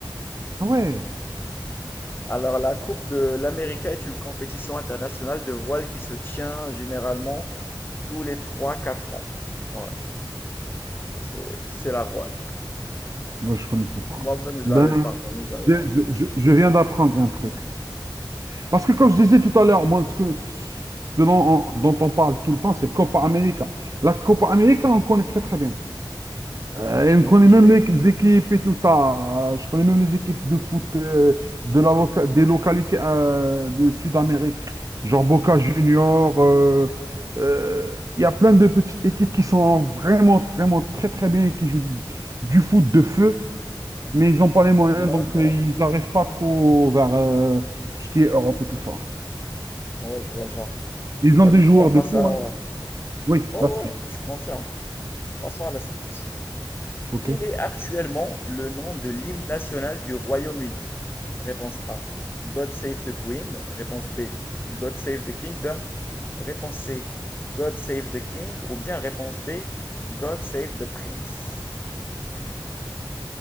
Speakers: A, on the right; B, on the left.
A: Ah Ouais,
B: Alors, la Coupe de l'Amérique est une compétition internationale de voile qui se tient généralement tous les trois quatre ans. Ouais, c'est c'est la voile.
A: ben, je connaissais pas.
B: Moi-même, je
A: Ben,
B: l'avais pas, moi-même, je l'avais
A: je,
B: pas.
A: je- je- je viens d'apprendre un truc. Parce que comme je disais tout à l'heure, moi, ce que, ce dont on, dont on parle tout le temps, c'est Copa América. La Copa América, on connaît très très bien. Euh, et on
B: Ok,
A: connaît même les équipes et tout ça. Euh, Je connais même les équipes de foot euh, de la loca- des localités euh, de Sud-Amérique, genre Boca Junior. euh, euh, Il y a plein de petites équipes qui sont vraiment, vraiment très, très bien et qui jouent du foot de feu, mais ils n'ont pas les moyens,
B: d'accord.
A: donc euh, ils n'arrivent pas trop vers euh, tout ce qui est Europe et tout ça.
B: Ouais, je vois le genre.
A: Ils ont
B: Bah,
A: des
B: du
A: joueurs
B: coup, on passe
A: de fou,
B: à...
A: hein. Oui,
B: Oh
A: la suite.
B: ouais, je confirme. Passons à la suite.
A: OK.
B: Quel est
A: <laughs>
B: actuellement le nom de l'hymne national du Royaume-Uni? Réponse A. God Save the Queen. Réponse B. God Save the Kingdom. Réponse C. God Save the King. Ou bien réponse D. God Save the Prince.